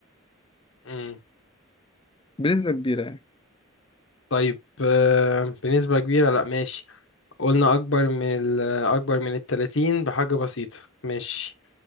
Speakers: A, on the left (about 65°); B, on the left (about 25°).
A: مم.
B: بنسبه كبيره يعني
A: طيب آه بنسبة كبيرة لا ماشي قلنا أكبر من ال- أكبر من التلاتين بحاجة بسيطة ماشي